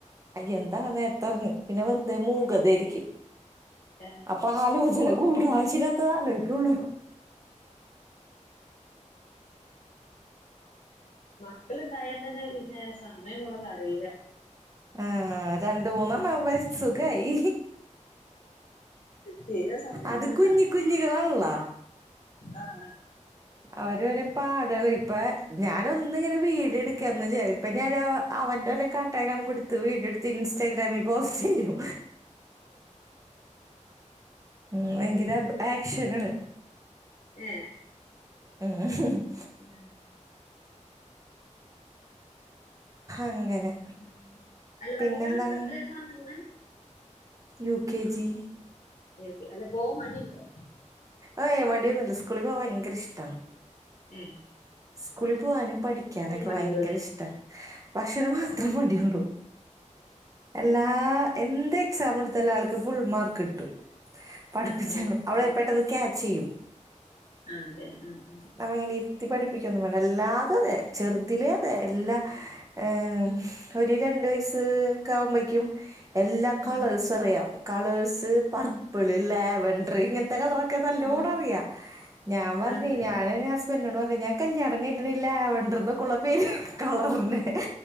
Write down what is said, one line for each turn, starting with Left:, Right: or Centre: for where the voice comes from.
Right: അയ് എന്താ നേരത്തൊറങ്ങ്. പിന്നെ വെർതേ മൂകതേരിക്കും
Left: ഏഹ്
Right: അപ്പൊ ആലോജന കൂടും ആവശ്യല്ലാത്തത് ആലോയ്ക്കൊള്ളു
Left: ക്കള്ണ്ടായാതന്നെ പിന്നേ സമയം പോണതറീല
Right: ആ അതാൺ ത് ഊന്നാണാവുമ്പഴെ സുഖായി
Left: തീരെ സമയം
Right: അത്
Left: കിട്ടൂല
Right: കുഞ്ഞി കുഞ്ഞിക്കളാണ്ലോ
Left: ആഹ്
Right: അവര് ഓരേ പാടളെ ഇപ്പേ ഞാനൊന്ന്ങ്ങനെ വീഡിയോ എടുക്കേര്ന്നു <unintelligible> ഇപ്പം ഞാനാ അവന്റെ ഒരോ കാട്ടായം കാണുമ്പോ ഇട്ത്ത് വീഡിയോ ഇടുത്ത് ഇൻസ്റ്റാഗ്രാമി പോസ്റ്റെയ്യും ഉം ഭയങ്കര
Left: അങ്ങനെ
Right: അഭ് ആക്ഷനാണ്
Left: ഏഹ്
Right: ഉം
Left: ഉം ഉം
Right: അങ്ങനെ
Left: ഉം അല്ല
Right: പിന്നെന്താണ്
Left: വല്ല്യാള്പ്പം എത്രേലാന്നറ്ഞ്ഞെ
Right: U K G
Left: U K അല്ല പോവാ മടിണ്ടോ
Right: ആഹ് ഏ മടിയൊന്നുല്ല സ്കൂളി പോവാ ഭയങ്കര ഇഷ്ടാണ്
Left: ഉം
Right: സ്കൂളി പോവാനും പഠിക്ക്യാനൊക്കെ
Left: മടിയുള്ളൂ
Right: ഭയങ്കര
Left: അല്ലേ
Right: ഇഷ്ടാ ഭക്ഷണം മാത്രം മടിയുള്ളു എല്ലാ എന്തെക്സാമ്ട് തല ആൾക്ക് ഫുൾ മാർക്കിട്ടും പഠ്പ്പിച്ചാലൊ
Left: ആണല്ലേ
Right: അവള്
Left: ആഹ്
Right: പെട്ടന്ന് ക്യാച്ചെയ്യും
Left: ആണല്ലേ ആഹ്
Right: നമ്മ ഇങ്ങനെ ഇര്ത്തി പഠിപ്പി ഒന്നും വേണ്ട എല്ലാതുഅതെ ചെറ്തിലെ അതെ എല്ലാ ഏമ്
Left: ആഹ്
Right: ഒര് രണ്ട് വയസ് ഒക്കെ ആവുമ്പോഴേക്കും എല്ലാ
Left: ഉം
Right: കളേഴ്സ്
Left: ഉം
Right: അറിയാം കളേഴ്സ് പർപ്പിൾ
Left: ഉം
Right: ലാ വണ്ടർ ങ്ങന ങ്ങനത്തെ കളറൊക്കെ നല്ലോണറിയാ
Left: ഉം
Right: ഞാൻ പറഞ്ഞ്
Left: ആണല്ലേ
Right: ഞാൻ എൻ്റെ ഹസ്ബൻ്റിനോട് പറഞ്ഞ്
Left: ഉം
Right: ഞാ <unintelligible> ലാവണ്ടർ ന്നൊക്കെ ഉള്ള പേര് കളർ പിന്നെ ഏ